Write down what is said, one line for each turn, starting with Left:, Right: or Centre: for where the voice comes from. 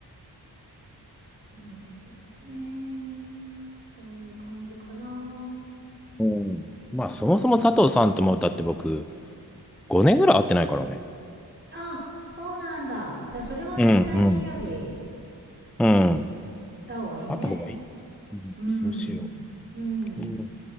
Right: それはそうだね。そういう感じかな。
Centre: うん。まあ、
Right: だからまあ、
Centre: そもそも佐藤さんとも、だって僕、5年ぐらい会ってないからね。
Right: あ、そうなんだ。じゃあそれは絶対金曜日
Centre: うん、うん、うん。
Right: だ方がいいね。
Centre: 会った方がいい。うん、
Right: うん。
Centre: そうしよ
Right: うん。
Centre: う。金曜日